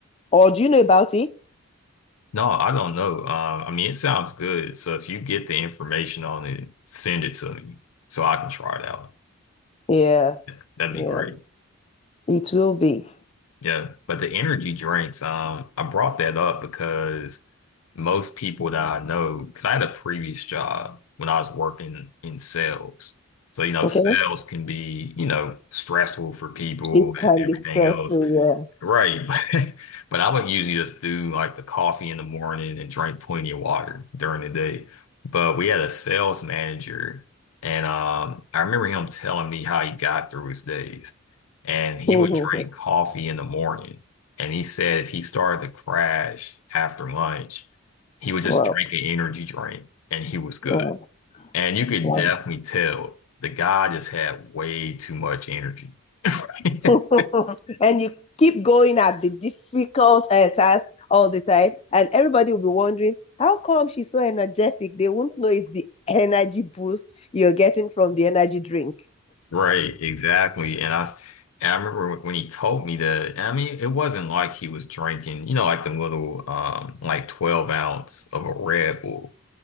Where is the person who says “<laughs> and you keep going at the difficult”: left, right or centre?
Left